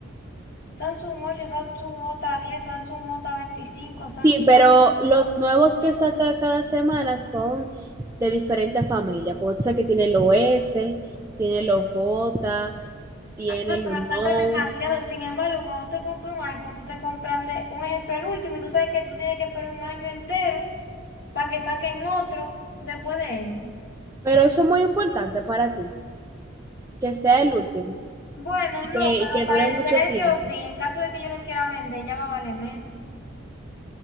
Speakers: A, on the left (about 60°); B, on the right (about 15°).
A: Samsung ocho, Samsung j diez, Samsung j veinticinco,
B: Sí,
A: Samsung...
B: pero los nuevos que saca cada semana son de diferentes familias. Porque tú sabes que tiene los S, tiene los J, tiene
A: Ah, pero
B: los
A: saca
B: Note.
A: demasiado. Sin embargo, cuando tú te compras un iPhone, tú te compraste un ejemplo el último y tú sabes que tú tienes que esperar un año entero para que saquen otro después de ese.
B: Pero eso es muy importante para ti, que sea el último
A: Bueno,
B: y
A: no,
B: que,
A: pero
B: y que
A: para
B: dure mucho
A: el precio
B: tiempo.
A: sí. En caso de que yo lo quiera vender, ya va a valer menos.